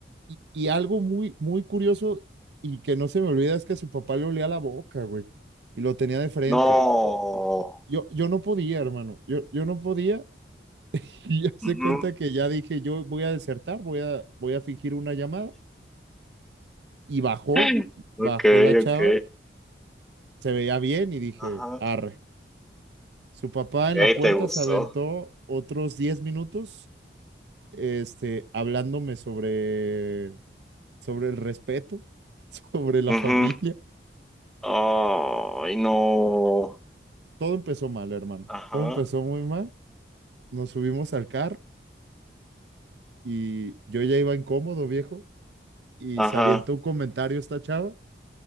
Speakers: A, on the right (about 70°); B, in the centre.
A: y, y algo muy, muy curioso y que no se me olvida es que su papá le olía la boca, güey, y lo tenía de frente.
B: No.
A: Yo, yo no podía, hermano, yo, yo no podía <laughs> y ya se
B: Ujú.
A: cuenta que ya dije, yo voy a desertar, voy a, voy a fingir una llamada y bajó,
B: <laughs>
A: bajó
B: Ok,
A: la chava,
B: ok.
A: se veía bien y dije,
B: Ajá. Ok,
A: arre. Su papá en
B: ¿te
A: la puerta
B: gustó?
A: se aventó otros 10 minutos este, hablándome sobre, sobre el respeto, <laughs> sobre la
B: Ujú.
A: familia,
B: Ay, no.
A: todo empezó mal, hermano.
B: Ajá.
A: Todo empezó muy mal. Nos subimos al carro y yo ya iba incómodo, viejo, y
B: Ajá,
A: se avientó un comentario esta chava,